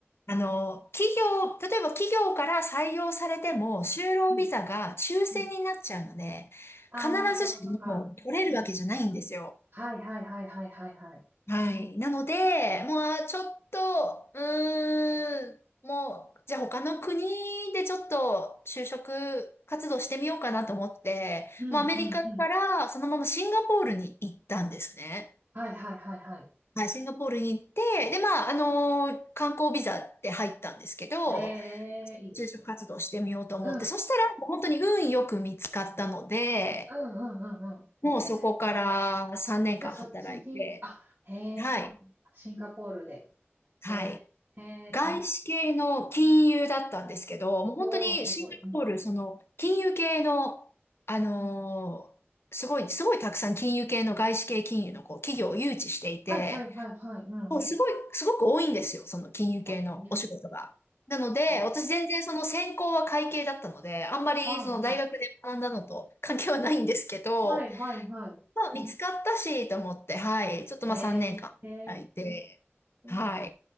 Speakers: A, on the left (about 65°); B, on the right (about 45°).
A: あの、企業、例えば企業から採用されても、就労ビザが抽選になっちゃうので、
B: うん。うん。ああ、
A: 必ずしも取れるわけじゃないんですよ。
B: そっかそっか。うん。はいはいはいはいはいはい。
A: はい。なので、もうちょっと、うーん、もう、じゃあ他の国でちょっと就職活動してみようかなと思って、
B: うんうんうん。
A: もうアメリカからそのままシンガポールに行ったんですね。
B: はいはいはいはい。
A: はい、シンガポールに行って、で、まあ、あのー観光ビザって入ったんですけど、
B: ええ、いいですね。
A: 就職活動してみようと思って、
B: うん。
A: そしたら本当に運よく見つかったので、
B: うんうんうんうん。
A: もうそこから3年間働いて、
B: ええ。あ、じゃあそっちに、あ、へえ、
A: はい、
B: そうなんだ。シンガポールで。
A: はい。
B: ええ、ええ、たん、
A: 外資系の金融だったんですけど、もう本当にシンガポール、
B: おおー、すごい。うん。
A: その金融系の、あのーすごい、すごいたくさん金融系の外資系金融のこう企業を誘致していて、
B: はいはいはいはい。うんうんうん。
A: もうすごい、すごく多いんですよ、その金融系のお仕事が。
B: ええ、
A: なので、
B: あ、
A: 私全然その専攻は会計だったので、あんまりその大学で学んだのと関係はないんですけど、
B: はい。はいはいは
A: まあ見つかったしと思って、はい、ちょっとまあ3年間いて、
B: い。ええ。ええ
A: はい。